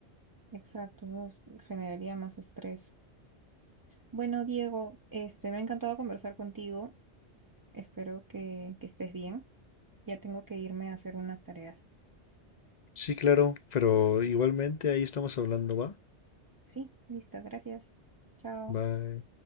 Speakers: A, on the right; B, on the left.
A: Exacto, no, generaría más estrés. Bueno, Diego, este, me ha encantado conversar contigo. Espero que, que estés bien. Ya tengo que irme a hacer unas tareas.
B: Sí, claro, pero igualmente ahí estamos hablando, ¿va?
A: Sí, listo, gracias. Chao.
B: Va,